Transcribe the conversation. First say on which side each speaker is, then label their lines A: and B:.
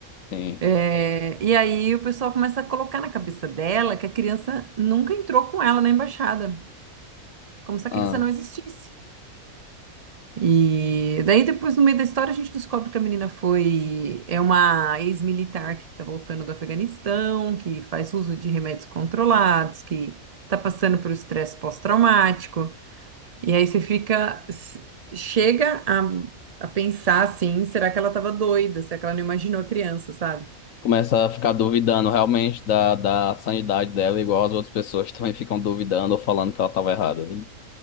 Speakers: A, on the left; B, on the right.
A: sim.
B: É, e aí o pessoal começa a colocar na cabeça dela que a criança nunca entrou com ela na embaixada. Como se a criança
A: Ah,
B: não existisse. E daí depois, no meio da história, a gente descobre que a menina foi é uma ex-militar que está voltando do Afeganistão, que faz uso de remédios controlados, que está passando por estresse pós-traumático. E aí você fica s- chega a, a pensar assim, será que ela estava doida? Será que ela não imaginou a criança, sabe?
A: começa a ficar duvidando realmente da, da sanidade dela, igual as outras pessoas <laughs> também ficam duvidando ou falando que ela tava errada. né?